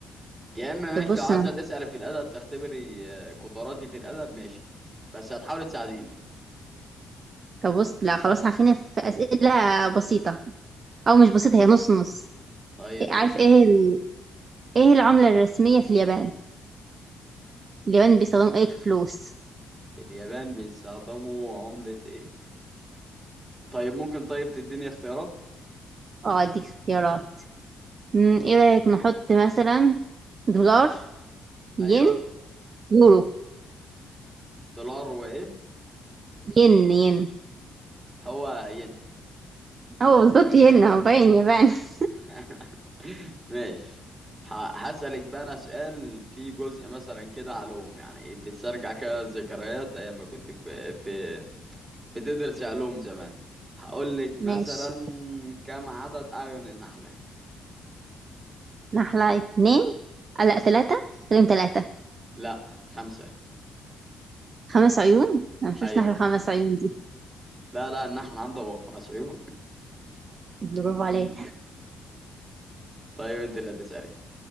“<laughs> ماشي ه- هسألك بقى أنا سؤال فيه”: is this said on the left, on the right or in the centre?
Right